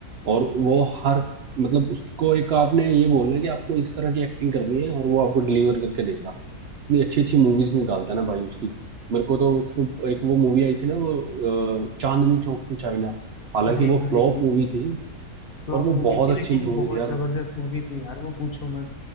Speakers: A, on the right; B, on the left.
A: और वो हर मतलब उसको एक आपने ये बोलना है कि आपको इस तरह की एक्टिंग करनी है और वो आपको डिलीवर करके देगा इतनी अच्छी अच्छी मूवीज निकालता है ना भाई उसकी मेरे को तो उसमें एक वो मूवी आई थी ना वो अ, चांदनी चौक टू चाइना हालांकि
B: अरे
A: वो
B: भाई
A: फ्लॉप मूवी थी
B: फ्लॉप
A: और वो
B: मूवी
A: बहुत
B: थी लेकिन
A: अच्छी मूवी
B: बहुत
A: थी यार
B: जबरदस्त मूवी थी यार वो पूछो मत